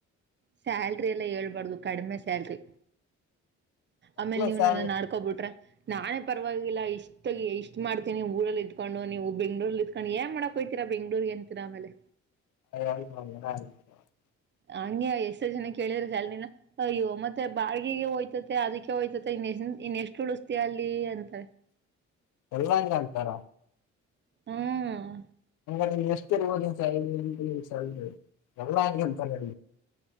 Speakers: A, on the right; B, on the left.
A: ಸ್ಯಾಲ್ರಿ ಎಲ್ಲ ಹೇಳ್ಬಾರ್ದು ಕಡ್ಮೆ ಸ್ಯಾಲ್ರಿ ಆಮೇಲ್ ನೀವ್
B: ಸ್ಯಾಲರಿ
A: ನನ್ನನ್ ಆಡ್ಕೋಬಿಟ್ರೆ ನಾನೇ ಪರ್ವಾಗಿಲ್ಲ ಇಷ್ಟು - ಮಾಡ್ತೀನಿ ಊರಲ್ ಇದ್ಕೊನ್ಡು ನೀವು ಬೆಂಗಳೂರ್ಲ್ಲಿ ಇದ್ಕನ್ಡು ಏನ್ ಮಾಡಕಹೊ ಯತೀರಾ ಬೆಂಗಳೂರ್ಗೆ ಅಂತೀರ ಆಮೇಲೆ
B: <unintelligible>
A: ಹಂಗೆ ಎಷ್ಟ ಜನ ಕೇಳ್ರ ಸ್ಯಾಲರಿ ನಾ ಅಯ್ಯೋ ಮತ್ತೆ ಬಾಡಗಿಗೆ ಹೋಯ್ತಯ್ತೆ ಅದಕ್ಕೆ ಹೋಯ್ತಯ್ತೆ <unintelligible> ಇನ್ ಎಷ್ಟು ಉಳ್ಸ್ತೀಯ ಅಲ್ಲಿ ಅಂತ
B: ಎಲ್ಲಾ ಹಂಗ ಅಂತಾರ
A: ಹ್ಮ್
B: ಅಲ್ಲ <unintelligible> ಎಷ್ಟ ಇರ್ಬೋದ ನಿನ್ <unintelligible> ಸ್ಯಾಲರಿ ಎಲ್ಲಾ ಅಂಗೆ ಅಂತಾರೆ